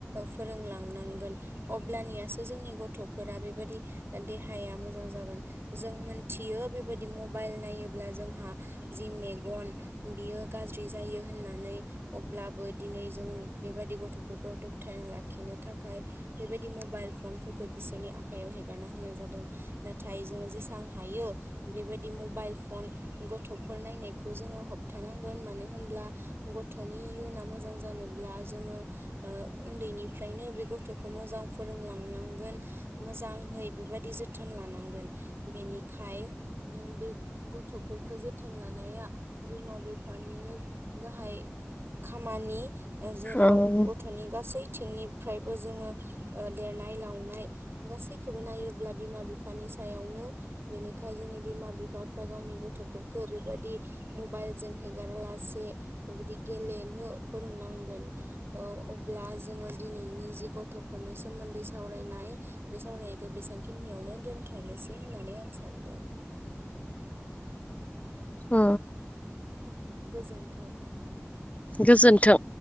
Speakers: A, on the right; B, on the left.
A: फोरोंलांनांगोन अब्लानियासो जोंनि गथ'फोरा बेबायदि देहाया मोजां जागोन जों मोनथि यो बेबायदि मबाइल नायोब्ला जोंहा जि मेगन बियो गाज्रि जायो होन होननानै अब्लाबो दिनै जों बेबायदि गथ'फोरखौ दबथायना लाखिनो थाखाय बेबायदि मबाइल फनफोरखौ बिसोरनि आखाइायाव हेगारना होनाय जादों नाथाय जोङो जेसां हायो बेबायदि मबाइल फन गथ'फोर नायनायखौ जोङो होबथानांगोन मानो होनब्ला गथ'नि इयुना मोजां जानो उनदैनिफ्रायनो बे गथ' खौ मोजां फोरोंलांनांगोन मोजांहै बेबायदि जोथोन लानांगोन बेनिखायनो य बे गथ'फोरखौ जोथोन लानाया बिमा बिफानिनो गाहाय खामानि जेराव
B: ओम
A: गथ'नि गासैथिंनिफ्रायबो जोङो देरनाय लावनाय गासैखौबो नायोब्ला बिमा बिफानि सायावनो बेनि थाखाय जोंनि बिमा बिफाफ्रा गावनि गथ'फोरखौ बेबायदि मबाइलजों हेगारालासे बेबायदि गेलेनो फोरोंनांगोन अब्ला जोङो दिनैनि जि गथ' गथ'फोरनि सोमोन्दै सावरायनाय बे सावरायनायखौ बेसांखिनियावनो दोन्थ'नोसै होननानै आं सानो नदों
B: अ
A: गोजोन्थों
B: गोजोन्थों